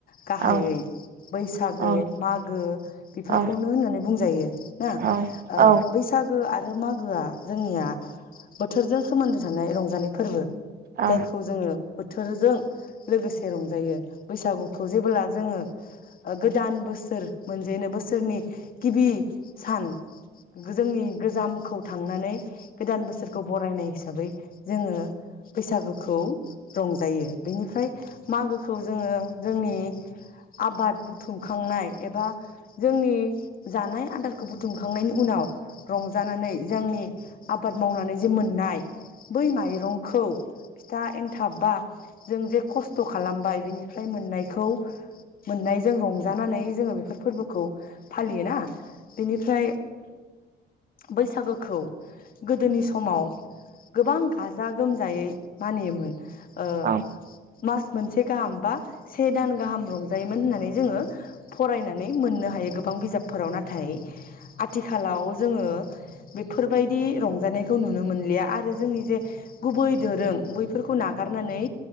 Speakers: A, on the left; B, on the right.
A: गाहायै
B: औ
A: बैसागो
B: औ
A: मागो बेफोरखौनो
B: औ
A: होननानै बुंजायो ना
B: औ
A: ओ
B: औ
A: बैसागो आ रो मागोआ जोंनिया बोथोरजों सोमोन्दो थानाय रंजानाय फोरबो
B: औ
A: जायखौ जोङो बोथोरजों लोगोसे रंजायो। बैसागुखौ जेबोब्ला जोङो ओ गोदान बोसोर मोनजेनो बोसोरनि गिबि सान गो जोंनि गोजाम खौ थांनानै गोदान बोसोरखौ बरायनाय हिसाबै जोङो बैसागोखौ रंजायो। बेनिफ्राय मागो खौ जोङो जोंनि आबाद बुथुमखांनाय एबा जोंनि <inaudible> जानाय आदारखौ बुथुमखांनायनि उनाव रंजानानै जोंनि आबाद मावनानै जे मोन नाय बै माइरंखौ फिथा एनथाब बा जों जे खस्थ' खालामबाय बिनिफ्राय मोननायखौ मोननायजों रंजानानै जोङो बेफोर फोरबोखौ फालियोना बेनिफ्राय बैसागोखौ गोदोनि समाव गोबां गाजा गोमजायै मानियोमोन ओ
B: <inaudible>
A: मास मोनसे गाहाम बा से दान गाहाम रं जायोमोन होननानै जोङो फरायनानै मोननो हायो। गोबां बिजाबफोराव ना थाय आथिखालाव जोङो बेफोरबायदि रंजानायखौ नुनो मोनलिया आरो जोंनि जे गुबै दोरों बैफोरखौ नागारनानै